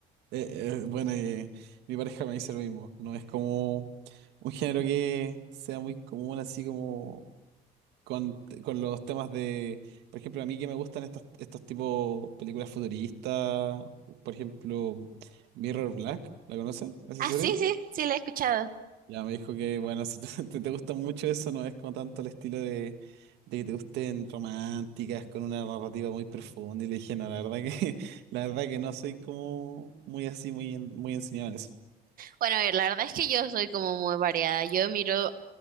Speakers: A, on the right (about 85°); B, on the right (about 55°).
A: Eh, eh, bueno, eh, mi pareja me dice lo mismo. No es como un género que sea muy común, así como con, con los temas de, por ejemplo, a mí que me gustan estos, estos tipos películas futuristas, por ejemplo, Mirror Black, ¿la conoces? ¿Esa
B: Ah,
A: serie?
B: sí, sí, sí, la he escuchado.
A: Ya me dijo que, bueno, si te, <laughs> te, te gusta mucho eso, no es como tanto el estilo de, de que te gusten románticas con una narrativa muy profunda. Y le dije, no, la verdad que, <laughs> la verdad que no soy como muy así, muy, en- muy enseñado en eso.
B: Bueno, a ver, la verdad es que yo soy como muy variada. Yo miro